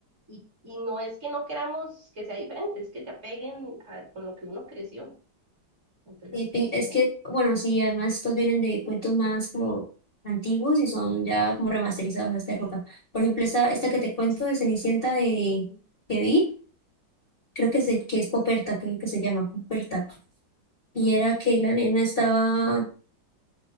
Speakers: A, on the right; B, on the left.
A: y, y no es que no queramos que sea diferente, es que se apeguen a, con lo que uno creció. Entonces
B: Y pe-
A: yo,
B: es
A: no sé.
B: que, bueno, sí, además estos vienen de cuentos más como antiguos y son ya como remasterizados a esta época. Por ejemplo, esta, esta que te cuento de Cenicienta de,
A: <laughs>
B: que vi, creo que, se, que es Poperta, creo que se llama Poperta. Y era que la nena estaba